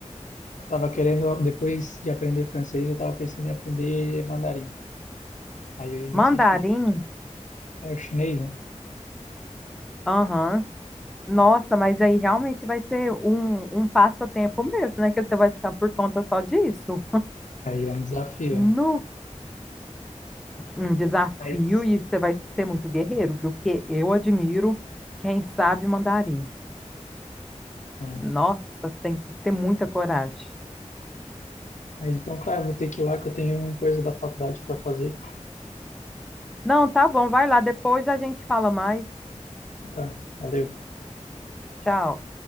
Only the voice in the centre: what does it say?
Mandarim,
aham, Nossa, mas aí realmente vai ser um, um passatempo mesmo, né? Que você vai ficar por conta só disso.
No,
um desafio,
e você vai ser muito guerreiro, viu? Porque eu admiro quem sabe mandarim.
Nossa, tem que ter muita coragem.
Não, tá bom, vai lá, depois a gente fala mais.
Tchau.